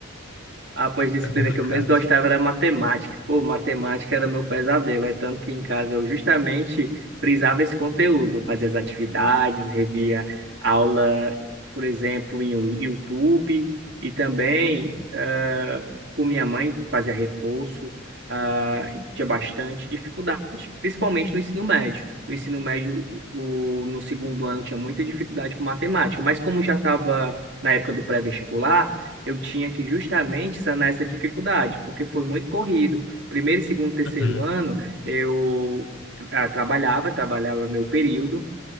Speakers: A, on the right (about 60°); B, on the left (about 65°).
A: Ah, pois disciplina
B: era complicado.
A: que eu mesmo gostava era matemática. Pô, matemática era meu pesadelo, é tanto que em casa eu justamente frisava esse conteúdo, fazia as atividades, revia aula, por exemplo, em Yo- YouTube, e também ah, com minha mãe fazia reforço, ah, tinha bastante dificuldade, principalmente no ensino médio. No ensino médio, o, no segundo ano, tinha muita dificuldade com matemática, mas como já estava na época do pré-vestibular, eu tinha que justamente sanar essa dificuldade, porque foi muito corrido. Primeiro, segundo, terceiro
B: Uhum.
A: ano, eu ah, trabalhava, trabalhava meu período,